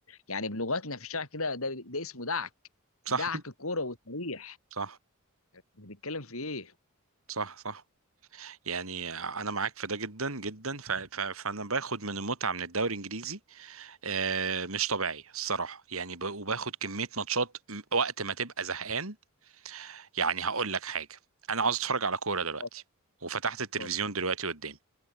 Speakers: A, on the left (about 70°); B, on the right (about 70°).
A: يعني بلغتنا في الشارع كده ده, ده اسمه دعك
B: صح
A: دعك كوره وتاريخ
B: صح
A: بنتكلم في ايه؟
B: صح صح يعني انا معاك في ده جدا جدا ف... ف... فانا باخد من المتعه من الدوري الانجليزي آه، مش طبيعي الصراحه يعني ب... وباخد كميه ماتشات م- وقت ما تبقى زهقان يعني هقول لك حاجه انا عاوز اتفرج على كوره دلوقتي
A: اتفضل
B: وفتحت التلفزيون
A: اتفضل
B: دلوقتي قدامي